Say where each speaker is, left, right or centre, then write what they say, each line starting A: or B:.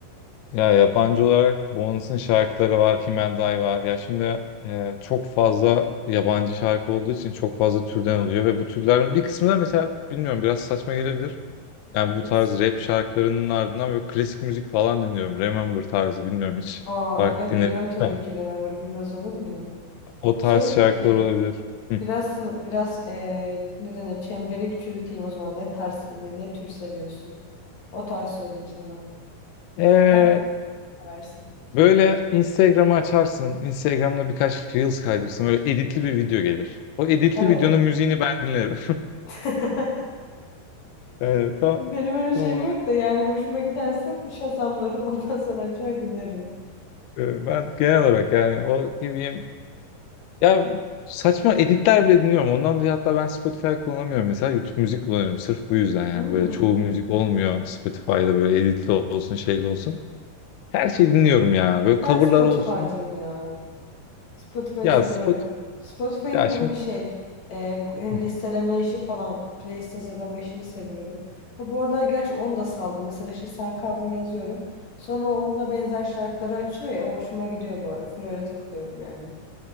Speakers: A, on the left (about 80°); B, on the left (about 50°).
A: Ya yabancı olarak Bones'un şarkıları var, Himenday var. Ya şimdi e, çok fazla yabancı şarkı olduğu için çok fazla türden oluyor ve bu türlerin bir kısmı da mesela bilmiyorum biraz saçma gelebilir. Yani bu
B: Nasıl?
A: tarz rap şarkılarının ardından böyle klasik müzik falan dinliyorum. Remember tarzı bilmiyorum hiç
B: Aa,
A: fark
B: evet
A: dinledim
B: biliyorum tabii
A: mi?
B: ki Remember'ı bilmez olur muyum?
A: O tarz
B: Şey
A: şarkılar
B: peki
A: olabilir. Hı.
B: biraz sını- biraz eee ne denir çemberi küçülteyim o zaman ne tarz hani ne tür seviyorsun? O tarz söyleyeyim sana.
A: Ee,
B: Hangi tür seversin?
A: böyle Instagram'ı açarsın. Instagram'da birkaç Reels kaydırırsın. Böyle editli bir video gelir. O editli
B: Evet.
A: videonun müziğini ben dinlerim.
B: <laughs>
A: <laughs> Evet,
B: Benim
A: tamam.
B: öyle şeyim yok da yani hoşuma giderse bir şazamlarım ondan sonra açar dinlerim.
A: Ee, Ben genel olarak yani o ne bileyim ya saçma editler bile dinliyorum. Ondan dolayı hatta ben Spotify kullanamıyorum. Mesela YouTube müzik kullanıyorum. Sırf bu yüzden yani
B: Hmm.
A: böyle çoğu müzik olmuyor Spotify'da böyle editli olsun şeyli olsun. Her şeyi dinliyorum ya. Böyle
B: Ben
A: coverlar
B: Spotify'cıyım
A: olsun.
B: ya. Spotify'ı
A: Ya
B: seviyorum.
A: Spotify
B: Spotify'ın
A: ya
B: bu
A: şimdi
B: hani şey e, hani
A: Hı.
B: listeleme işi falan playlist hazırlama işini seviyorum. Ve bu aralar gerçi onu da saldım. Mesela şimdi sen kaldın yazıyorum. Sonra o ona benzer şarkıları açıyor ya o hoşuma gidiyor bu ara. Full öyle takılıyorum yani.